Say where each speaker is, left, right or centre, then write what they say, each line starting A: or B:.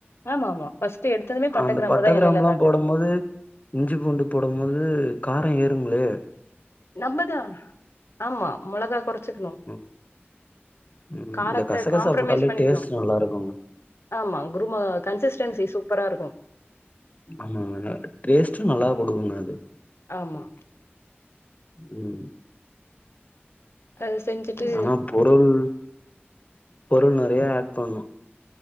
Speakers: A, on the left (about 75°); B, on the left (about 35°).
A: ஆமா ஆமா ஃபர்ஸ்ட் எடுத்ததுமே
B: அந்த
A: கிராம்புதா
B: பட்ட
A: எண்ணெய்ல
B: கிராம்லா
A: தாளிச்சு
B: போடும்போது இஞ்சி பூண்டு போடும் போது கார ஏறுங்ளே
A: நம்மதா ஆமா மொளகா கொறச்சுக்கணு
B: ம் ம்
A: காரத்த
B: இந்த கசகசா
A: காம்ப்ரமைஸ்
B: போட்டாலே
A: பண்ணிக்கணு
B: டேஸ்ட் நல்லா இருக்குங்க
A: ஆமா குருமா கன்சிஸ்டன்சி சூப்பரா இருக்கு
B: ஆமா டேஸ்ட்டு நல்லா குடுக்குங்க அது
A: ஆமா
B: ம்
A: அது செஞ்சுட்டு
B: ஆனா பொருள் பொருள் நறைய ஆட் பண்ணு